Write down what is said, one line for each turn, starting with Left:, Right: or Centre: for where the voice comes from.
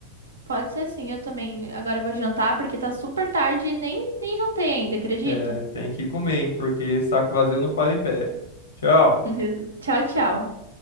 Right: Pode ser sim, eu também. Agora eu vou jantar porque tá super tarde e nem, nem jantei ainda, acredita?
Left: É, tem que comer, hein? Porque saco vazio não para em pé. Tchau.
Right: <laughs> Tchau, tchau.